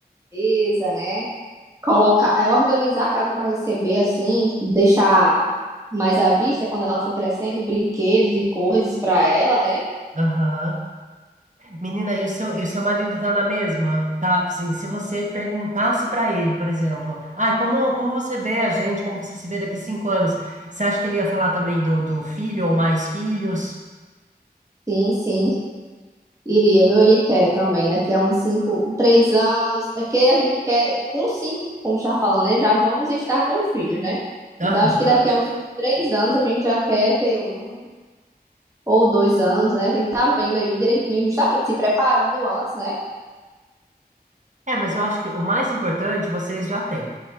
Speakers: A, on the right; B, on the right.
A: mesa, né? Colocar, é organizar a casa para receber assim, tipo, deixar mais à vista quando ela for crescendo, brinquedos e coisas para ela, né?
B: aham. Menina, e o seu, e o seu marido tá na mesma? Tá, assim, se você perguntasse pra ele, por exemplo, ai, como, como você vê a gente, como você se vê daqui cinco anos, você acha que ele ia falar também do, do filho ou mais filhos?
A: Sim, sim. Iria, viu? Ele quer também, daqui a uns cinco, três anos. É porque a gente quer, com cinco, como já falando, né? Já vamos estar com filhos, né?
B: Aham.
A: Então, acho que daqui a uns três anos a gente já quer ter um ou dois anos, né? A gente tá vendo aí bem direitinho, justamente se preparando antes, né?
B: É, mas eu acho que o mais importante vocês já têm.